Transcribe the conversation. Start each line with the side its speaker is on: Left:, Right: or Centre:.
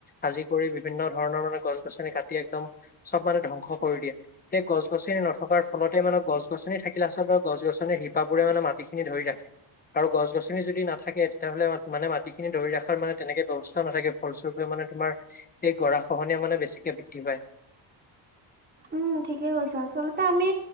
Left: আাজি কৰি বিভিন্ন ধৰণৰ মানে গছ গছনি কাটি একদম চব মানে ধ্বংস কৰি দিয়ে সেই গছ গছনি নথকাৰ ফলতে মানে গছ গছনি থাকিলে আচলতে গছ গছনিৰ শিপাবোৰে মানে মাটিখিনি ধৰি ৰাখে আৰু গছ গছ নি যদি নাাকে তেতিয়াহ'লে মানে মাটিখিনি ধৰি ৰাখাৰ মানে তেনেকে ব্যৱস্থা নাথাকে ফলস্বৰূপে মানে তোমাৰ সেই গৰা খহনীয়া মানে বেছিকে বৃদ্ধি পায়
Right: উম ঠিকেই কৈছো আচলতে আমি